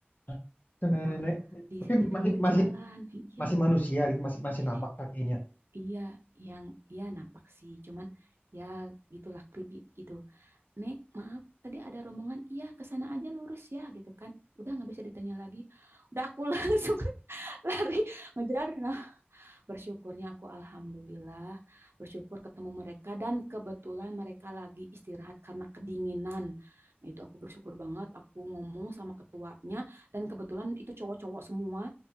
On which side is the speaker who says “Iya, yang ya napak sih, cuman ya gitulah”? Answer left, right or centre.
Right